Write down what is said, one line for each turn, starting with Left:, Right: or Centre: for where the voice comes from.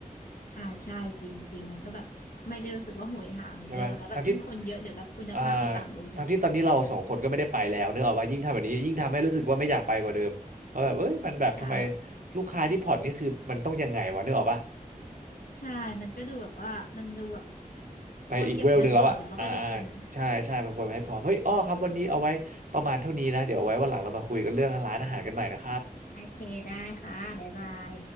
Left: อ่าใช่จริงๆมันก็แบบไม่ได้รู้สึกว่าโหยหาเหมือนเดิมแล้วแบบยิ่งคนเยอะเดี๋ยวแบบคุณภาพก็ต่ำลงอีก
Right: ใช่ไหมทั้งที่ อ่าทั้งที่ตอนนี้เราสองคนก็ไม่ได้ไปแล้วเนกอะว่ายิ่งทำแบบนี้ยิ่งทำให้รู้สึกว่าไม่อยากไปกว่าเดิมเพราะแบบเอ้ยมันแบบทำไม
Left: ใช่
Right: ลูกค้าที่ผ่อนนี่คือมันต้องยังไงวะเนกออกปะ
Left: ใช่มันก็ดูแบบว่ามันดูแบบ
Right: ไปอีกเวลหนึ่งแล้วอะอ่าอ่าใช่ใช่มันควรไปให้พร้อมเฮ้ยอ้อครับวันนี้เอาไว้ประมาณเท่านี้นะเดี๋ยวไว้วันหลังเรามาคุยกันเรื่องร้านอาหารกันใหม่นะครับ
Left: ควรเก็บเงินก่อนนะแล้วค่อยไปกินอ่ะโอเคได้ค่ะบ๊ายบาย